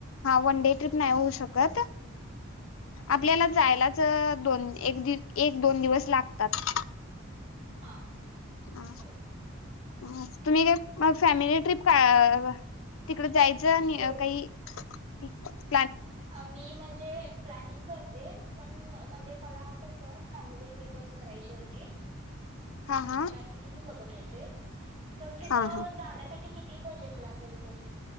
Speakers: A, on the left; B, on the right.
A: हा वन डे ट्रिप नाही होऊ शकत आपल्याला
B: ओके
A: जायलाच दोन एक एक दोन दिवस लागतात.
B: हा
A: आ
B: हो
A: व्हय तुम्ही काय मग फॅमिली ट्रीप का तिकडे जायचं ज निय
B: हो
A: काइ <inaudible>
B: मी म्हणजे प्लनिंग करते पण म्हणजे मला कसं फॅमिली ट्रिपच करायची होती
A: हा हा
B: त्यासाठी मी बघत होते पण तिथं
A: हा
B: जाण्यासाठी किती ती बजेट लागेल तरी